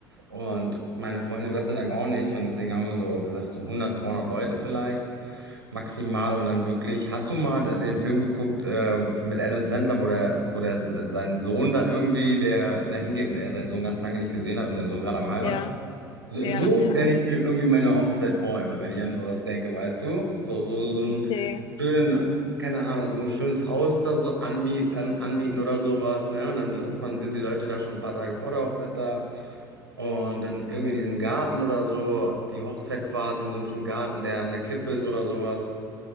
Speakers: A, on the right; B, on the left.
A: Und meine Freundin Gott sei Dank auch nicht. Und deswegen haben wir so gesagt, so 100, 200 Leute vielleicht maximal. Und dann wirklich, hast du mal den Film geguckt äh, mit Adam Sandler, wo der, wo der sein Sohn da irgendwie, der da hingeht und er seinen Sohn ganz lange nicht gesehen hat und der Sohn gerade am heiraten?
B: Ja,
A: So,
B: ja,
A: so
B: ja, ja.
A: stelle ich mir irgendwie meine Hochzeit vor, immer, wenn ich an sowas denke, weißt du? So, so, so einen
B: Okay.
A: schönen, keine Ahnung, so ein schönes Haus da so anmiet, an, anmieten oder sowas, ne? Und dann sind, ist man, sind die Leute da schon ein paar Tage vor der Hochzeit da. Und dann irgendwie in diesem Garten oder so, die Hochzeit quasi in so einem schönen Garten, der an der Klippe ist oder sowas.